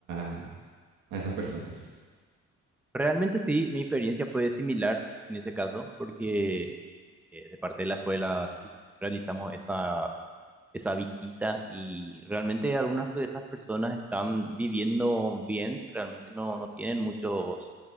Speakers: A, on the right (about 80°); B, in the centre.
A: a, a esas personas.
B: Realmente sí, mi experiencia fue similar en ese caso, porque eh, de parte de la escuela hiz- realizamos esa, esa visita y realmente algunas de esas personas están viviendo bien, realmente no, no tienen muchos